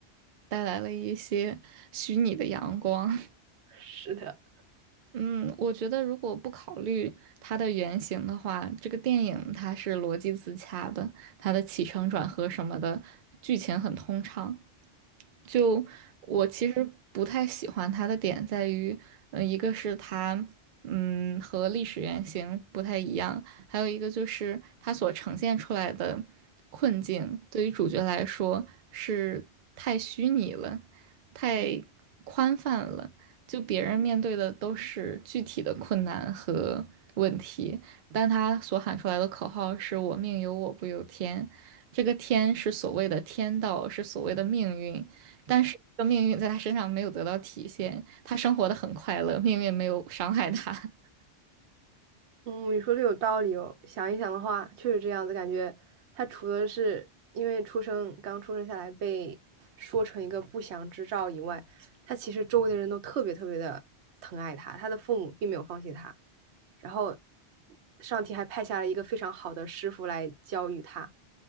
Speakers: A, on the right; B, on the right.
A: 带来了一些虚拟的阳光。
B: 是的。
A: 嗯，我觉得如果不考虑它的原型的话，这个电影它是逻辑自洽的，它的起承转合什么的，剧情很通畅。就我其实不太喜欢它的点在于，嗯、一个是它，嗯，和历史原型不太一样，还有一个就是它所呈现出来的困境，对于主角来说是太虚拟了，太宽泛了。就别人面对的都是具体的困难和问题，但他所喊出来的口号是“我命由我不由天”，这个天是所谓的天道，是所谓的命运，但是这个命运在他身上没有得到体现，他生活的很快乐，命运没有伤害他。<laughs>
B: 嗯，你说的有道理哦。想一想的话，确实这样子，感觉他除了是因为出生刚出生下来被说成一个不祥之兆以外，他其实周围的人都特别特别的疼爱他，他的父母并没有放弃他，然后上天还派下了一个非常好的师傅来教育他，